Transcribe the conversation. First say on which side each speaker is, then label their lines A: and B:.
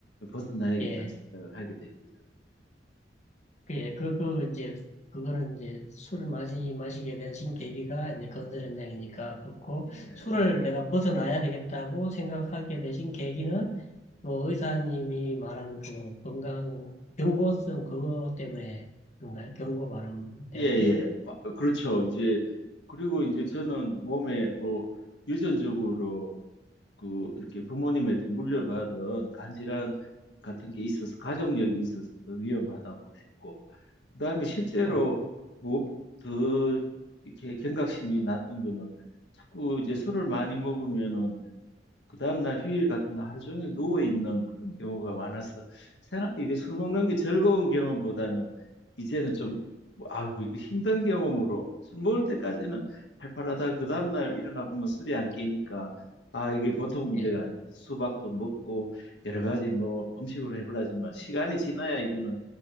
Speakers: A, on the left; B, on the left.
A: 벗어나야겠다는
B: 예.
A: 생각을 하게 된 거죠.
B: 예, 그, 그, 이제, 그거는 이제 술을 마시, 마시게 되신 계기가 이제 건설 현장이니까 그렇고,
A: 예,
B: 술을
A: 예.
B: 내가 벗어나야 되겠다고 생각하게 되신 계기는 그 의사님이 말한 그 건강, 경고성 그거 때문에 그런가요? 경고 발람 때문에?
A: 예, 예. 마- 그렇죠. 이제, 그리고 이제 저는 몸에 뭐, 유전적으로 그, 이렇게 부모님한테 물려받은 간질환 같은 게 있어서, 가족력이 있어서 더 위험하다고 했고, 그 다음에 실제로
B: 어,
A: 뭐, 더 이렇게 경각심이 났던 거는 자꾸 이제 술을 많이 먹으면은 그 다음날 휴일 같은 날 하루 종일 누워 있는 그런 경우가 많아서 생각, 이게 술 먹는 게 즐거운 경험보다는 이제는 좀 뭐, 아이고 이거 힘든 경험으로 술 먹을 때까지는 팔팔하다 그 다음날 일어나 보면 술이 안 깨니까 아 이게 보통 문제가
B: 예,
A: 아니라서 수박도 먹고 여러 가지 뭐 음식으로 해보려지만 시간이 지나야 이거는